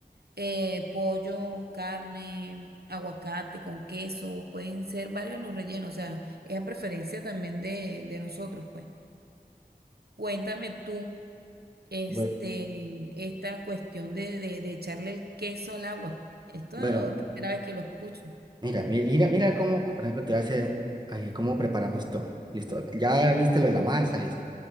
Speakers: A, on the right; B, on the right.
A: eh, pollo, carne, aguacate con queso, pueden ser varios los rellenos, o sea, es a preferencia también de, de nosotros, pues. Cuéntame tú, este,
B: Bue-
A: esta cuestión de, de, de echarle el queso al agua. Esto
B: Bueno,
A: es la primera vez que lo escucho.
B: mira, mi- mira, mira cómo, por ejemplo, te voy a hacer ahí cómo preparamos todo. Listo, ya viste lo de la masa, listo.